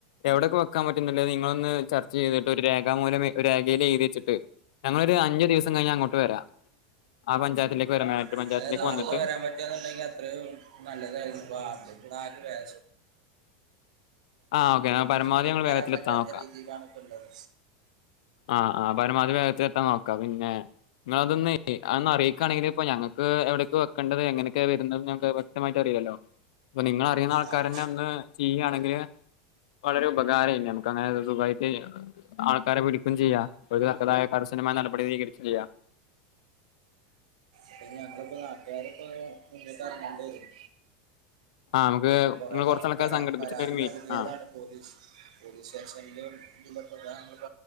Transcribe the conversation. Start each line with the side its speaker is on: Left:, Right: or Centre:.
Left: എവിടെയൊക്കെ വെക്കാൻ പറ്റുന്നില്ലേ നിങ്ങളൊന്ന് ചർച്ച ചെയ്തിട്ട് ഒരു രേഖാമൂലം രേഖയി എഴു വെച്ചിട്ട് ഞങ്ങളൊരു അഞ്ചു ദിവസം കഴിഞ്ഞ് അങ്ങോട്ട് വരാം ആ പഞ്ചായത്തിലേക്ക് വരാം
Right: ആ
Left: മേട്ട് പഞ്ചായത്തിലേക്ക്
Right: അല്ലെ നാർത്ത
Left: വന്നിട്ട്
Right: വരാൻ പറ്റന്നുണ്ടെങ്കിൽ അത്ര നല്ലതായിരുന്നു ഇപ്പൊടെ
Left: ആ ഓക്കെ പരമാവധി
Right: ഹോസ്പിറ്റലക്ക്
Left: ഞങ്ങൾ
Right: വരാൻ
Left: വേഗത്തിലെത്താൻ
Right: പറ്റാത്ത
Left: നോക്കാം
Right: രീതിയിലാണ് ഉള്ളത്
Left: ആ ആ പരമാവധി വേഗത്തിൽ എത്താൻ നോക്കാം പിന്നെ നിങ്ങള് അതൊന്ന് അതൊന്ന് അറിയിക്കാണെങ്കിൽ ഇപ്പൊ ഞങ്ങ ക്ക് എവിടേക്ക് വെക്കണ്ടത് എങ്ങനൊക്കെ വരുന്നത് ഞങ്ങക്ക് വ്യക്തമായിട്ട് അറിയാല്ലോ അപ്പൊ നിങ്ങള് അറിയണ ആൾക്കാരന്ന്
Right: ആഹ്
Left: ഒന്ന് ചെയ്യുവാണെങ്കില് വളരെ ഉപകാരായി ഞമുക്ക് അങ്ങനെ സുഖായിട്ട് ആൾക്കാരെ വിളി ക്കയും ചെയ്യാ അവക്ക് തക്കതായ കർശനമായ നടപടി സ്വീകരിക്കയും ചെയ്യാം
Right: അപ്പൊ ഞങ്ങളിപ്പോ നാട്ടുകാര് ഇപ്പോ മുന്നിട്ട് എറങ്ങേണ്ടി വരും
Left: ആ നമുക്ക്
Right: കൊറേ
Left: നിങ്ങൾ
Right: തവണ
Left: കുറച്ച് ആൾക്കാരെ
Right: പരാ
Left: സംഘടിപ്പിച്ചിട്ട്
Right: പരാതി
Left: ഒരു മീ
Right: നൽകിയതാണ്
Left: ആ
Right: പോലീസ് പോലീസ് സ്റ്റേഷനിലും <unintelligible> <unintelligible>